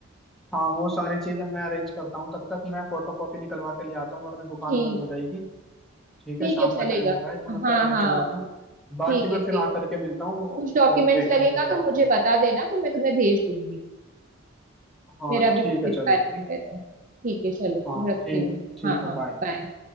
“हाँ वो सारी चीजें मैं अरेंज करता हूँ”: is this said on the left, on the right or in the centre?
Centre